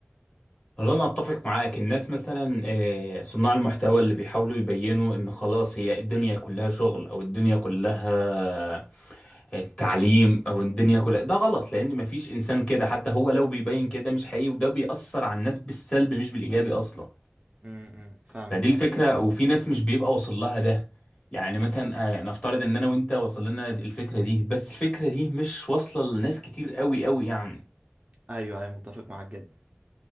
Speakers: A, on the left; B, on the right.
A: والله انا اتفق معاك الناس مثلا آه، صناع المحتوى اللي بيحاولوا يبينوا ان خلاص هي الدنيا كلها شغل او الدنيا كلها آه، تعليم او الدنيا كلها ده غلط لان مفيش انسان كده حتى هو لو بيبين كده مش حقيقي وده بيأثر على الناس بالسلب مش بالايجابي اصلا
B: امم فاهمك
A: فدي
B: فاهم
A: الفكرة وفي ناس مش بيبقى واصل لها ده يعني مثلا آه، نفترض ان انا وانت وصل لنا الفكرة دي بس الفكرة دي مش واصلة لناس كتير قوي قوي يعني
B: ايوه ايوه متفق معاك جدا